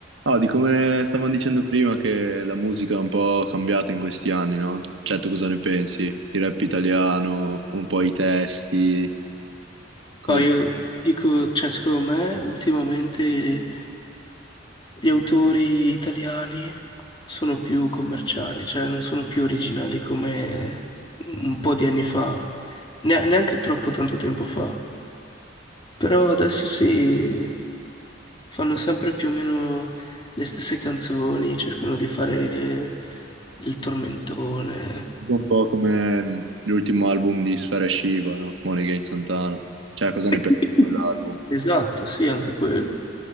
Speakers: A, on the right; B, on the left.
A: No, di come stavamo dicendo prima che la musica è un po' cambiata in questi anni, no? Cioè, tu cosa ne pensi? Il rap italiano, un po' i testi, cosa
B: Ma
A: di-
B: io dico, cioè, secondo me ultimamente gli autori italiani sono più commerciali, cioè non sono più originali come un po' di anni fa, ne- neanche troppo tanto tempo fa. Però adesso sì, fanno sempre più o meno le stesse canzoni, cercano di fare il tormentone.
A: Un po' come mh, l'ultimo album di Sfera Shiva, no? Money Against Santana. Cioè, cosa ne
B: <laughs>
A: pensi di quell'album?
B: Esatto, sì, anche quello.